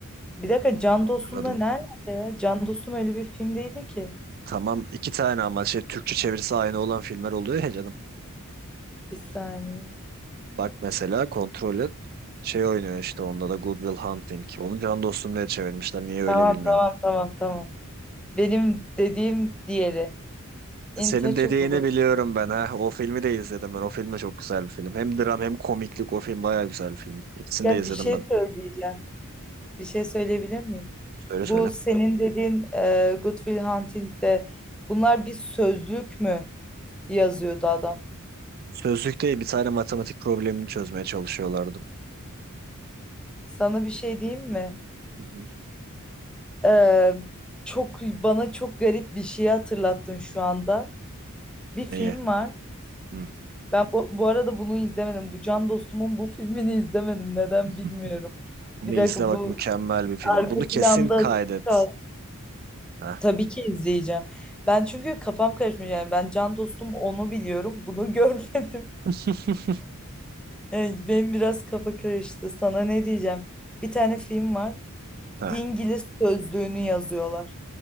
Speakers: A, in the centre; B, on the right.
A: Bir dakika Can
B: Hatırladım.
A: Dostum'da nerede ya? Can Dostum öyle bir film değildi ki.
B: Tamam iki tane ama şey Türkçe çevirisi aynı olan filmler oluyor ya canım.
A: Bir saniye.
B: Bak mesela kontrol et. Şey oynuyor işte onda da Good Will Hunting. Onu Can Dostum diye çevirmişler. Niye öyle
A: Tamam
B: bilmiyorum.
A: tamam tamam tamam. Benim dediğim diğeri. Intouchable.
B: Senin dediğini biliyorum ben. Ha. O filmi de izledim ben. O film de çok güzel bir film. Hem dram hem komiklik. O film bayağı güzel bir film. İkisini
A: Ya
B: de izledim
A: bir şey
B: ben.
A: söyleyeceğim. Bir şey söyleyebilir miyim?
B: Söyle
A: Bu
B: söyle.
A: senin dediğin e, Good Will Hunting'de bunlar bir sözlük mü yazıyordu adam?
B: Sözlükte bir tane matematik problemini çözmeye çalışıyorlardı.
A: Sana bir şey diyeyim mi?
B: Hı hı.
A: E, çok bana çok garip bir şeyi hatırlattın şu anda. Bir
B: Neyi?
A: film var.
B: Hı.
A: Ben bu, bu arada bunu izlemedim. Bu can dostumun bu filmini izlemedim. Neden
B: <laughs>
A: bilmiyorum.
B: Bunu
A: Bir
B: izle
A: dakika
B: bak
A: bu
B: mükemmel bir film.
A: arka
B: Bunu kesin
A: planda
B: kaydet.
A: açık kaldı.
B: Ha.
A: Tabii ki izleyeceğim. Ben çünkü kafam karışmış yani ben can dostum onu biliyorum bunu <laughs> görmedim.
B: <laughs>
A: Yani benim biraz kafa karıştı. Sana ne diyeceğim? Bir tane film var.
B: Ha.
A: İngiliz sözlüğünü yazıyorlar.